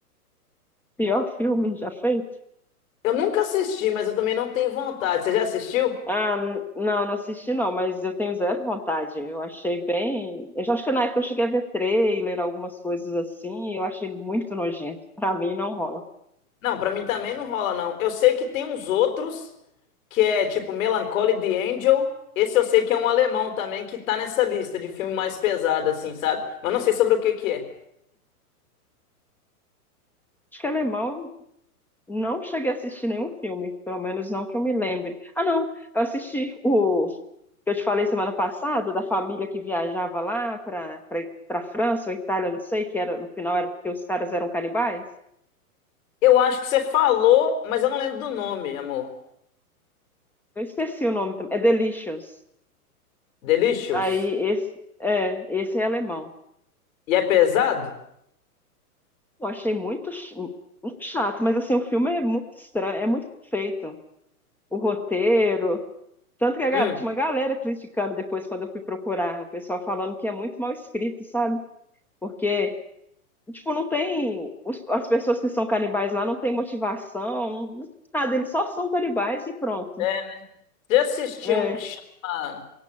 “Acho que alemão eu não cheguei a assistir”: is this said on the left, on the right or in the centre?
Centre